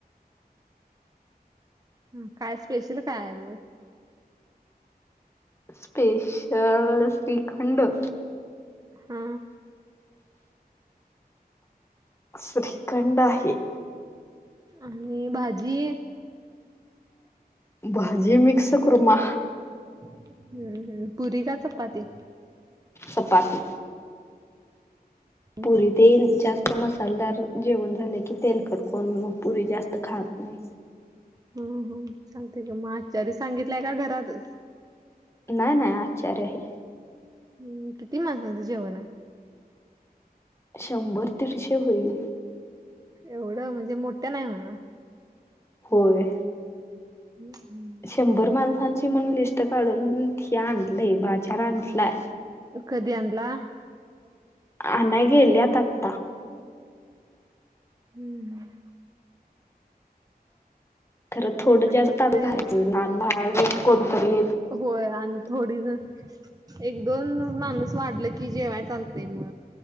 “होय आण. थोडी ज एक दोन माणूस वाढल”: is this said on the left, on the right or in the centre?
Right